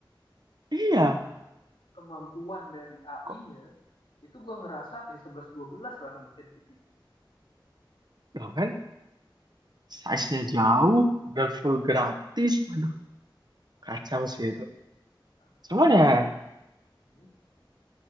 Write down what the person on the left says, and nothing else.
tapi kemampuan dari AI-nya
itu gue ngerasa ya 11-12 lah sama ChatGPT
Nah,
wajar
Hmm,